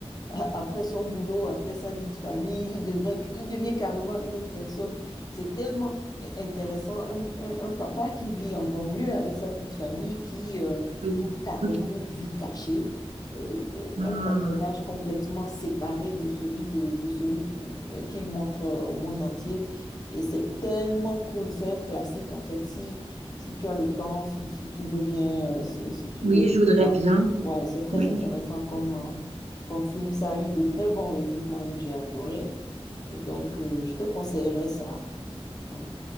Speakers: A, on the left (about 35°); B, on the right (about 85°).
A: a- après son boulot, après sa vie de famille, il devrait, il devient carrément une autre personne. C'est tellement intéressant, un, un- un papa qui vit en banlieue avec sa petite famille, qui, euh,
B: Oui.
A: qui a carrément
B: Ok.
A: une vie cachée, euh,
B: Ah,
A: un personnage complètement séparé de celui, de, de celui euh, qu'il montre euh, au monde entier. Et c'est tellement cool, c'est un classique en fait. Si, si tu as le temps, si, si tu veux bien, euh, si, si tu
B: oui,
A: veux...
B: je voudrais bien.
A: Ouais, c'est très
B: Oui.
A: intéressant comme... euh, comme film, ça a eu de très bons reviews, moi-même j'ai adoré. Et donc, euh, je te conseillerais ça. Ouais.